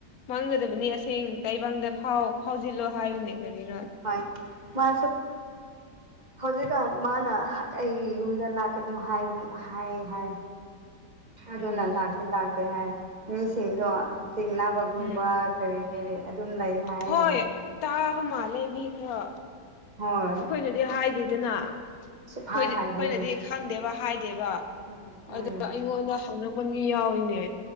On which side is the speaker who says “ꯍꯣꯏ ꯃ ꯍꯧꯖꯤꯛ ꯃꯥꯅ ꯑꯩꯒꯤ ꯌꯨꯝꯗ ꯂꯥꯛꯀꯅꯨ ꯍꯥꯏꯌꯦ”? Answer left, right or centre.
Right